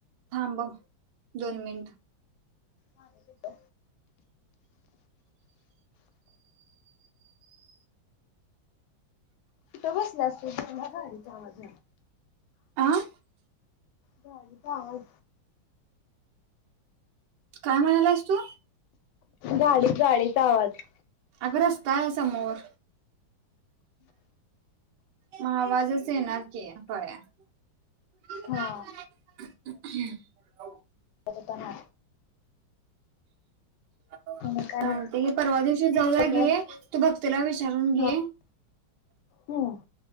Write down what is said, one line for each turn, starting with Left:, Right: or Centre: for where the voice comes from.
Right: थांबव दोन मिनिट
Left: हत हो कुठे बसल्या तु केवढा गाडीचा आवाज
Right: आह
Left: गाडी चा आवाज
Right: काय म्हणायला आहेस तू
Left: गाडीच गाडीच आवाज
Right: अग रस्ता आहे समोर मग आवाज ख
Left: हा ता
Right: हम्
Left: आणि काय
Right: चालते
Left: मग
Right: हे परवा दिवशी जाऊया
Left: ते
Right: घे
Left: काय
Right: तू भक्तीला विचारून घे
Left: हा हम्म